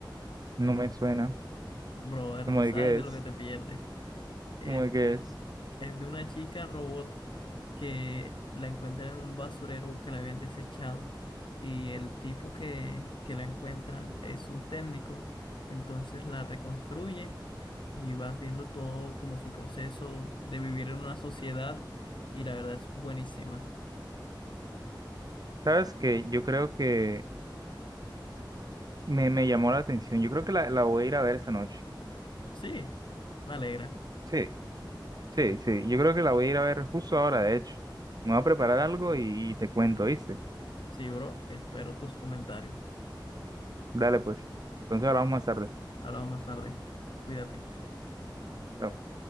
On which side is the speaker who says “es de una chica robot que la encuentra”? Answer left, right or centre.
Left